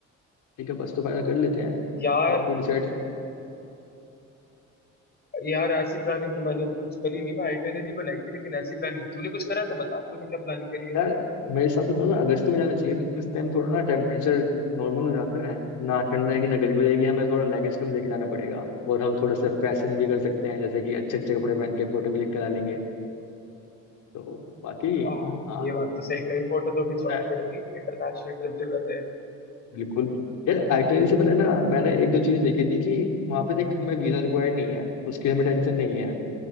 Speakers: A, on the left; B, on the left.
A: ठीक है बस तो फाइनल कर लेते हैं तूने
B: यार
A: तो डिसाइड
B: यार ऐसी प्लानिंग तो मैंने अभी कुछ करी नहीं मैं आइटनरी बनाई थी लेकिन ऐसी प्लानिंग तूने कुछ करा है तो बता तूने क्या प्लानिंग करी है
A: यार मेरे हिसाब से तो हमें अगस्त में जाना चाहिए क्योंकि इस टाइम थोड़ा ना टेम्परेचर नॉर्मल हो जाता है ना ठंड रहेगी ना गर्मी रहेगी हमें थोड़ा लगेज कम लेके जाना पड़ेगा और हम थोड़ा सा फैशन भी कर सकते हैं जैसे कि अच्छे अच्छे कपड़े पहन के फोटो क्लिक करा लेंगे तो बाकी
B: आ,
A: हाँ
B: ये बात तो सही कही फोटो तो खिंचवानी
A: तूने
B: पड़ेगी इंटरनेशनल ट्रिप जो कर रहे हैं
A: बिल्कुल यार आइटनरी से पहले ना मैंने एक
B: हम्म,
A: दो चीज देखी थी कि वहां पे देख हमें वीजा रिक्वायर्ड नहीं है उसकी हमें टेंशन नहीं है